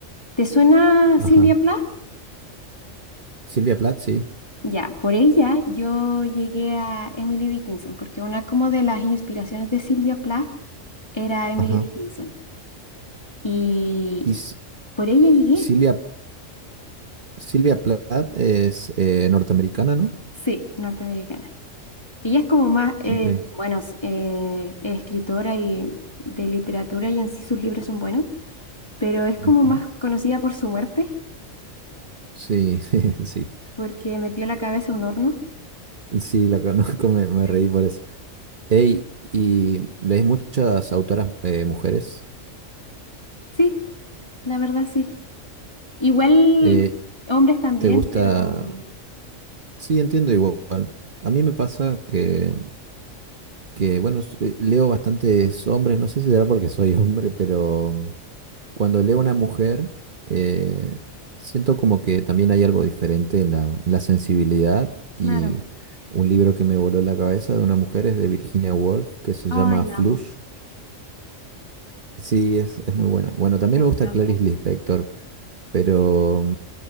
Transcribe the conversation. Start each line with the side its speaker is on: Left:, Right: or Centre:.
Left: ¿Te suena
Right: Ajá.
Left: Sylvia Plath?
Right: Silvia Plath, sí.
Left: Ya, por ella yo llegué a Emily Dickinson, porque una como de las inspiraciones de Sylvia Plath era Emily
Right: Ajá.
Left: Dickinson. Y
Right: Y Si-
Left: por ella llegué.
Right: Silvia, Silvia Plath es eh, norteamericana, ¿no?
Left: Sí, norteamericana. Ella es como más, eh,
Right: Ok.
Left: bueno, s- eh, es escritora y de literatura y en sí sus libros son buenos, pero es
Right: Ujú.
Left: como más conocida por su muerte,
Right: Sí, <laughs> sí.
Left: porque metió la cabeza a un horno.
Right: Sí, la conozco, me, me
Left: Sí.
Right: reí por eso. Ey, y lees muchas autoras eh, mujeres.
Left: Sí, la verdad sí. Igual
Right: Eh,
Left: hombres también,
Right: ¿te gusta?
Left: pero
Right: Sí, entiendo igual. A mí me pasa que, que bueno, s- eh, leo bastantes hombres. No sé si será porque soy <laughs> hombre, pero cuando leo una mujer, eh, siento como que también hay algo diferente en la, en la sensibilidad.
Left: claro.
Right: Y un libro que me voló la cabeza de una mujer es de Virginia Woolf, que se
Left: Ay,
Right: llama
Left: la
Right: Flush.
Left: amo.
Right: Sí, es, es muy buena. Bueno, también
Left: Me
Right: me
Left: encanta
Right: gusta Clarice
Left: ella.
Right: Lispector. Pero,